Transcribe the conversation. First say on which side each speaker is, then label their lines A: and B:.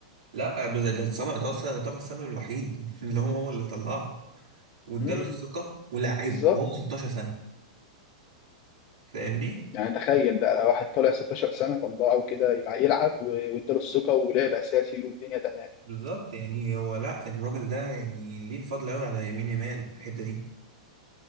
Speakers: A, on the right; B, on the left.
A: لا بس ده السبب ده هو يعتبر السبب الوحيد <laughs> ان هو هو اللي طلعه واداله
B: امم
A: الثقه ولاعبه
B: بالظبط
A: وهو 16 سنه فاهمني
B: يعني تخيل بقى واحد طالع 16 سنه طلعه كده يلع- يلعب و- واداله الثقه ولعب اساسي والدنيا تمام
A: بالظبط يعني هو لا الراجل ده يعني ليه الفضل قوي على يمين يمال في الحته دي